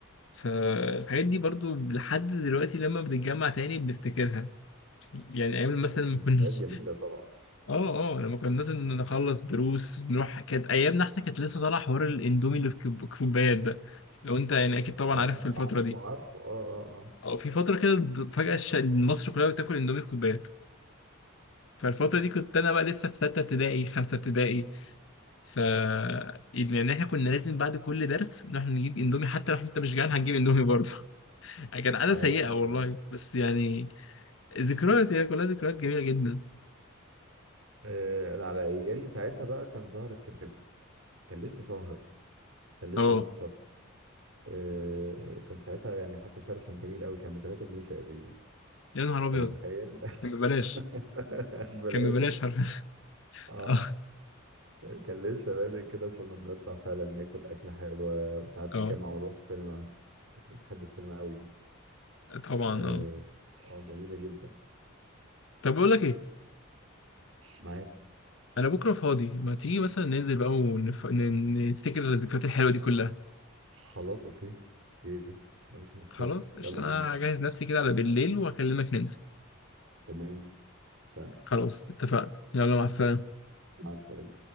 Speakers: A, on the left; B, on the right.
A: فالحاجات دي برضو لحد دلوقتي لما بنتجمع تاني بنفتكرها يعني أيام مثلا ما
B: ذكريات
A: كناش
B: جميلة طبعا
A: <laughs> اه اه لما كنا مثلا نخلص دروس نروح كانت أيامنا احنا كانت لسه طالع حوار الإندومي اللي في كوب- كوبايات ده لو أنت يعني أكيد طبعا
B: اه
A: عارف في الفترة
B: عارفه
A: دي
B: عارفه اه اه
A: أو في فترة كده فجأة الش- مصر كلها بتاكل إندومي في كوبايات فالفترة دي كنت أنا بقى لسه في ستة ابتدائي خمسة ابتدائي ف يعني احنا كنا لازم بعد كل درس نروح نجيب اندومي حتى لو انت مش جعان هتجيب اندومي برضه <laughs> كانت عادة
B: اه
A: سيئة
B: ايوه
A: والله بس يعني ذكريات هي كلها ذكريات جميلة جدا
B: آه، انا على ايامي ساعتها بقى كان ظاهر الكريب كان لسه ظاهر كان لسه
A: اه
B: ما انتشرش آه، وكان ساعتها يعني حتى سعره كان جميل قوي كان ب 3 جنيه تقريبا
A: يا نهار أبيض
B: لو متخيل
A: كان ببلاش
B: <laughs> بلاش
A: كان ببلاش حرفيا <laughs>
B: اه
A: اه
B: آه. كان لسه بادئ كده كنا بنطلع فعلا ناكل أكلة حلوة وساعات
A: اه
B: نتجمع ونروح السينما بحب السينما قوي
A: طبعا
B: اه
A: اه
B: آه، جميلة جدا
A: طب بقول لك ايه
B: معاك
A: انا بكره فاضي ما تيجي مثلا ننزل بقى ونف... ن- نفتكر الذكريات الحلوه دي كلها
B: خلاص اوكي اوكي مفيش مشكلة
A: خلاص قشطة،
B: يلا
A: انا
B: بينا
A: هجهز نفسي كده على بالليل واكلمك ننزل
B: تمام اتفقنا.
A: خلاص اتفقنا يلا مع السلامة
B: مع السلامة